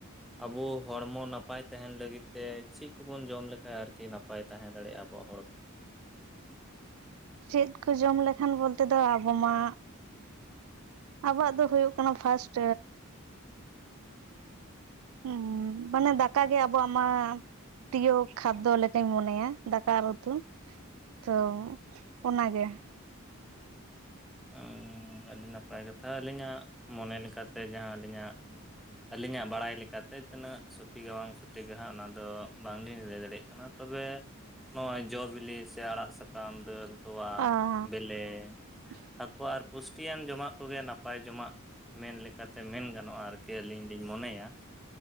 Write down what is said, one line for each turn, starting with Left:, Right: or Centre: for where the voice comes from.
Centre: ᱟᱵᱚ ᱦᱚᱲᱢᱚ ᱱᱟᱯᱟᱭ ᱛᱟᱦᱮᱱ ᱞᱟᱹᱜᱤᱫ ᱛᱮ ᱪᱮᱫ ᱠᱚᱵᱚᱱ ᱡᱚᱢ ᱞᱮᱠᱷᱟᱡ ᱟᱨᱠᱤ ᱵᱟᱭ ᱛᱟᱦᱮᱸ ᱫᱟᱲᱮᱭᱟᱜᱼᱟ ᱟᱵᱚᱣᱟᱜ ᱦᱚᱲᱢᱚ
Right: ᱪᱮᱫ ᱠᱚ ᱡᱚᱢ ᱞᱮᱠᱷᱟᱱ ᱵᱚᱞᱛᱮ ᱫᱚ ᱟᱵᱚ ᱢᱟ ᱟᱵᱚᱣᱟᱜ ᱫᱚ ᱦᱩᱭᱩᱜ ᱠᱟᱱᱟ ᱯᱷᱟᱥᱴ ᱦᱮ ᱢᱟᱱᱮ ᱫᱟᱠ ᱜᱮ ᱟᱵᱚᱣᱟᱜ ᱢᱟ ᱯᱨᱤᱭᱚ ᱠᱷᱟᱫᱽᱫᱚ ᱞᱮᱠᱟᱧ ᱢᱚᱱᱮᱭᱟ ᱫᱟᱠᱟ ᱫᱟᱠᱟ ᱟᱨ ᱩᱛᱩ ᱛᱚ ᱚᱱᱟᱜᱮ
Centre: ᱟᱸ ᱟᱹᱰᱤ ᱱᱟᱯᱟᱭ ᱠᱟᱛᱷᱟ ᱟᱹᱞᱤᱧᱟᱜ ᱢᱚᱱᱮ ᱞᱮᱠᱟᱛᱮ ᱡᱟᱦᱟᱸ ᱟᱹᱞᱤᱧᱟᱜ ᱟᱹᱞᱤᱧᱟᱜ ᱵᱟᱲᱟᱭ ᱞᱮᱠᱟᱛᱮ ᱛᱤᱱᱟᱹᱜ ᱥᱚᱴᱷᱤᱜᱼᱟ ᱵᱟᱝ ᱥᱚᱴᱷᱤᱜᱼᱟ ᱦᱟᱸᱜ ᱚᱱᱟᱫᱚ ᱵᱟᱝᱞᱤᱧ ᱞᱟᱹᱭ ᱫᱟᱲᱮᱭᱟᱜ ᱠᱟᱱᱟ ᱾ ᱛᱚᱵᱮ ᱱᱚᱜᱼᱚᱭ ᱡᱚ ᱵᱤᱞᱤ ᱥᱮ ᱟᱲᱟᱜ ᱥᱟᱠᱟᱢ, ᱫᱟᱹᱞ ᱛᱚᱣᱟ
Right: ᱟᱨ
Centre: ᱵᱮᱞᱮ
Right: <inaudible>
Centre: ᱦᱟᱹᱠᱩ ᱟᱨ ᱯᱩᱥᱴᱤᱭᱟᱱ ᱡᱚᱢᱟᱜ ᱠᱚᱜᱮ ᱱᱟᱯᱟᱭ ᱡᱚᱢᱟᱜ ᱢᱮᱱ ᱞᱮᱠᱟᱛᱮ ᱢᱮᱱ ᱜᱟᱱᱚᱜᱼᱟ ᱟᱨᱠᱤ ᱟᱹᱞᱤᱧ ᱞᱤᱧ ᱢᱚᱱᱮᱭᱟ ᱾